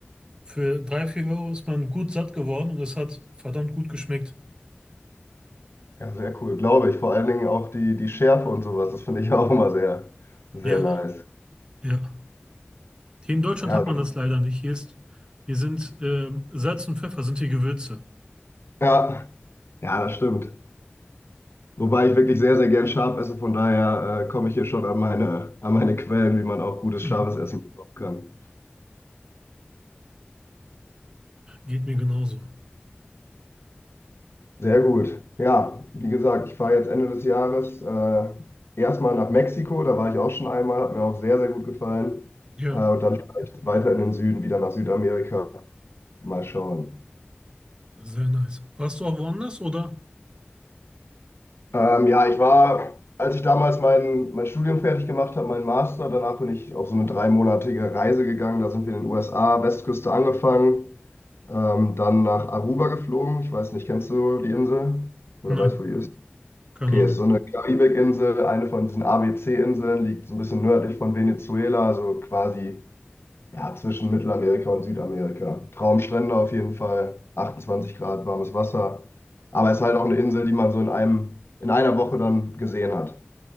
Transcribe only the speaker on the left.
ja, sehr cool, glaube ich. Vor allen Dingen auch die, die Schärfe und sowas, das finde ich <laughs> auch immer sehr, sehr
nice.
Ja,
ja, ja, das stimmt. Wobei ich wirklich sehr, sehr gern scharf esse, von daher äh, komme ich hier schon an meine, an meine Quellen, wie man auch gutes
scharfes Essen bekommen kann.
Sehr gut. Ja, wie gesagt, ich fahre jetzt Ende des Jahres äh, erstmal nach Mexiko, da war ich auch schon einmal, hat mir auch sehr, sehr gut gefallen.
Äh, und dann vielleicht weiter in den Süden, wieder nach Südamerika. Mal schauen.
Ähm, ja, ich war, als ich damals mein, mein Studium fertig gemacht habe, meinen Master, danach bin ich auf so eine dreimonatige Reise gegangen. Da sind wir in den USA, Westküste angefangen, ähm, dann nach Aruba geflogen. Ich weiß nicht, kennst du die Insel? Oder
weißt du, wo die ist?
Okay,
ist so eine Karibikinsel, eine von diesen ABC-Inseln, liegt so ein bisschen nördlich von Venezuela, also quasi ja, zwischen Mittelamerika und Südamerika. Traumstrände auf jeden Fall, 28 Grad warmes Wasser. Aber es ist halt auch eine Insel, die man so in einem, in einer Woche dann gesehen hat.